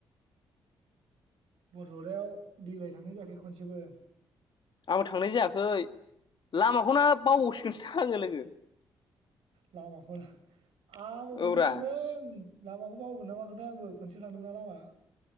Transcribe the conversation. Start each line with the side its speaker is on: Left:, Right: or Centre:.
Right: बरजदायाव देग्लाय थांनाय जायाखै खनसेबो
Left: आंबो थांनाय जायाखै लामाखौ नो बावबावसिगोनसो आङो लोगो
Right: लामाखौनो आंबो खनसे
Left: औब्रा
Right: थांदों लामाखौ बावगोन ना मागोनथायाय आंबो खनसे थांदोंना लामा